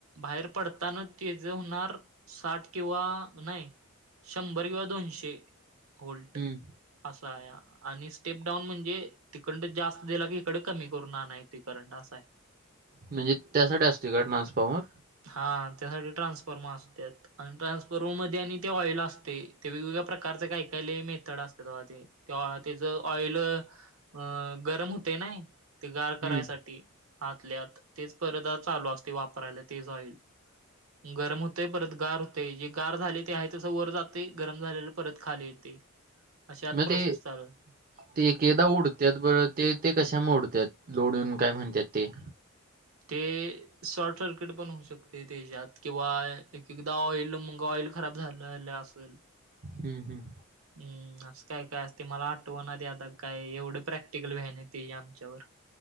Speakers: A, on the right (about 75°); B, on the right (about 40°).
A: बाहेर पडताना ते जे होणार साठ किंवा नाही. शंभर, किंवा दोनशे होल्ड.
B: हम्म.
A: असा आहे. आणि स्टेप डाऊन म्हणजे तिकडं जास्त दिला की इकडं कमी करून आणय त करंट असा आहे.
B: म्हणजे त्यासाठी असतोय का? ट्रान्सफॉर्मर.
A: हा त्यासाठी ट्रान्सफॉर्मा असाल्यात. आणि ट्रान्सफर मध्ये आणि ते ऑइल असते ते वेगवेगळ्या प्रकारचे काही काहीले मेथड असते ते ते. तेव्हा त्याच ऑइल अ गरम होते ना. ते गार करायसाठी
B: हम्म
A: आतल्यात तेच परत चालू असते वापरायला. तेच ऑईल गरम होते. परत गार होते. जे गार झाले ते आहे तसं वर ते गरम झालेलं परत खाली येत अशे आत
B: मग
A: प्रोसेस
B: ते
A: चालूते
B: ते एके एकदा उडतात. बरं ते ते कशामुळे उडतात लोडून काय म्हणतात ते
A: ते शॉर्ट सर्किट पण होऊ शकते. त्याच्यात किंवा एक एकदा ऑइल मग ऑइल खराब झालेलं असेल.
B: हम्म हम्म.
A: हम्म असं काय काय असते मला आठवणवा. ना आता काय एवढं प्रॅक्टिकल व्ह्यान ते आमच्यावर